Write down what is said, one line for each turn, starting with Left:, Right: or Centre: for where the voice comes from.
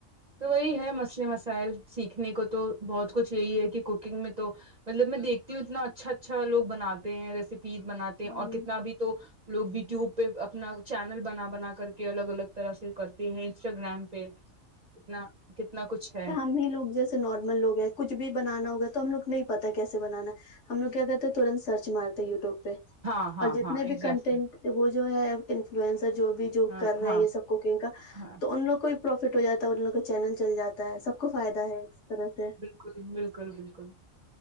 Right: تو وہی ہے مسئلے مسائل سیکھنے کو تو بہت کچھ یہی ہے کہ کوکنگ میں تو مطلب میں دیکھتی ہوں اتنا اچھا اچھا لوگ بناتے ہیں ریسیپیز بناتے
Left: ہوں
Right: ہیں اور کتنا بھی تو لوگ یوٹیوب پہ اپنا چینل بنا بنا کر کے الگ الگ طرح سے کرتے ہیں انسٹاگرام پہ کتنا کتنا کچھ ہے
Left: نہیں لوگ جیسے نارمل لوگ ہیں کچھ بھی بنانا ہوگا تو ہم لوگ نہیں پتا کیسے بنانا ہم لوگ کیا کرتے ہیں ترنت سرچ مارتے یوٹیوب پہ
Right: ہاں ہاں
Left: اور جتنے
Right: ہاں
Left: بھی
Right: ایگزیکٹلی
Left: کنٹینٹ وہ جو ہے انفلوئنسر جو بھی جو
Right: ہاں
Left: کر رہے
Right: ہاں
Left: یہ سب کوکنگ کا
Right: ہاں
Left: تو ان لوگ کو پروفٹ ہو جاتا ہے ان لوگوں کا چینل چل جاتا ہے سب کو فائدہ ہے اس طرح سے
Right: بکل بالکل بالکل